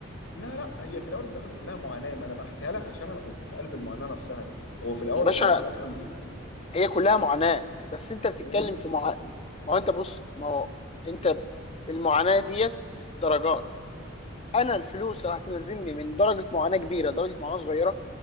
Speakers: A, on the left; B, on the left.
A: لا لا هي في الاول وفي الاخر كلها معاناه ما انا بحكيها لك عشان انا كنت في قلب المعاناه نفسها هو في الاول
B: يا باشا
A: وفي الاخر اصلا
B: هي كلها معاناه بس انت بتتكلم
A: دي
B: في مع... ما هو انت بص ما هو انت المعاناه ديت درجات انا الفلوس لو هتنزلني من درجه معاناه كبيره درجه معاناه صغيره